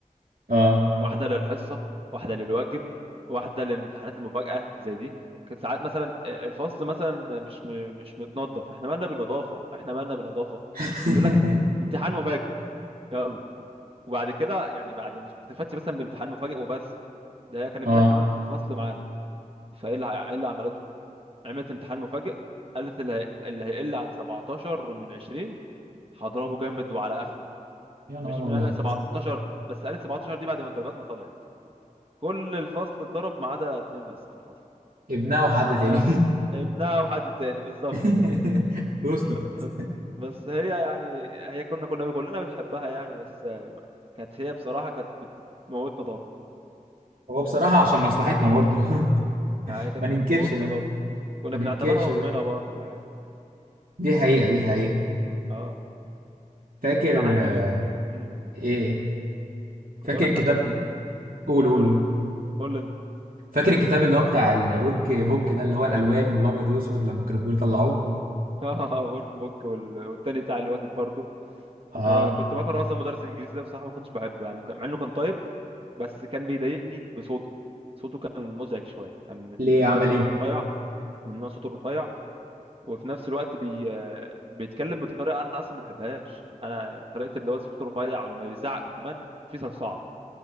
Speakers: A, on the right (about 85°); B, on the right (about 40°).
A: اه
B: واحدة للحصة واحدة للواجب واحدة للامتحانات المفاجأة زي دي كانت ساعات مثلا الفصل مثلا مش م... مش متنظف احنا مالنا بالنظافة احنا مالنا بالنظافة
A: <laughs>
B: تقول لك امتحان مفاجئ يلا وبعد كده يعني بعد مش ما اكتفتش مثلا بامتحان مفاجئ وبس ده كان ابنها
A: اه
B: كمان في الفصل معانا فايه اللي ع- إيه اللي عملته عملت امتحان مفاجئ قالت اللي هي- اللي هيقل عن 17 من 20 هضربه جامد وعلى اخره
A: يا
B: مش
A: نهار
B: معنى
A: ابيض
B: 17 بس قال 17 دي بعد ما الدرجات ما طلعت كل الفصل اتضرب ما عدا اتنين بس في الفصل
A: ابنها وحد
B: احنا
A: تاني
B: ابنها وحد تاني بالظبط
A: <laughs>
B: كده
A: وصلت
B: ب- بس هي يعني هي كنا كنا كلنا بنحبها يعني بس كانت هي بصراحة كانت بتموتنا ضرب
A: هو بصراحة عشان مصلحتنا برضه
B: يعني
A: <laughs>
B: كانت
A: ما ننكرش
B: بتموتنا
A: ده
B: ضرب كنا
A: ما
B: بنعتبرها
A: ننكرش ده
B: امنا برضو يعني
A: دي حقيقة دي حقيقة
B: اه
A: فاكر
B: انت حد
A: آه،
B: من ال... مم.
A: ايه
B: كنت
A: فاكر
B: اقول لك
A: الكتاب
B: حد من ال...
A: قول قول
B: قول
A: قول.
B: لي انت قول لي انت
A: فاكر الكتاب اللي هو بتاع الورك بوك ده اللي هو الالوان والابيض والاسود لما كانوا بيقولوا طلعوه
B: <laughs> اه ورك بوك وال... والتاني بتاع الواجب برضو
A: اه
B: انا كنت بكره اصلا مدرس الانجليزي ده بصراحه ما كنتش بحبه يعني وكان- مع انه كان طيب بس كان بيضايقني بصوته صوته كان مزعج شويه كان من
A: ليه
B: نوع
A: عمل
B: الصوت
A: ايه
B: الرفيع كان من نوع الصوت الرفيع وفي نفس الوقت بي... بيتكلم بطريقه انا اصلا ما بحبهاش انا طريقه اللي هو صوته رفيع ولما بيزعق كمان في صرصعه